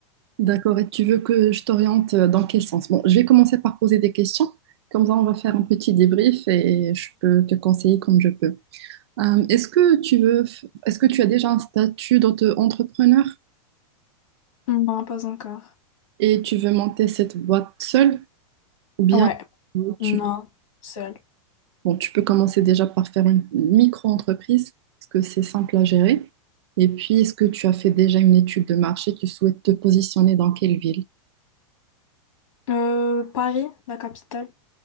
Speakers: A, on the right; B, on the left.
A: D'accord, et tu veux que je t'oriente euh, dans quel sens? Bon, je vais commencer par poser des questions, comme ça on va faire un petit débrief et je peux te conseiller comme je peux. Euh, est-ce que tu veux, f- est-ce que tu as déjà un statut d'auto-entrepreneur
B: Non, pas encore.
A: et tu veux monter cette boîte seule ou bien
B: Ouais, non,
A: tu,
B: seul.
A: bon, tu peux commencer déjà par faire une micro-entreprise parce que c'est simple à gérer. Et puis, est-ce que tu as fait déjà une étude de marché? Tu souhaites te positionner dans quelle ville?
B: Euh, Paris, la capitale.